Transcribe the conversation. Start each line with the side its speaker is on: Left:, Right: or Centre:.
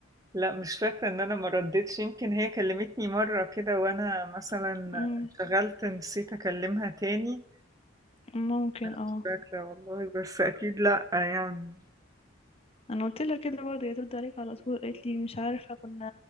Right: لأ مش فاكرة إن أنا ما ردّيتش، يمكن هي كلّمتني مرّة كده وأنا مثلًا
Left: امم
Right: انشغلت نسيت أكلّمها تاني،
Left: ممكن اه
Right: مش فاكرة والله بس أكيد لأ يعني.
Left: انا قلت لها كده برضه هي ترد عليك على طول قالت لي مش عارفة كنا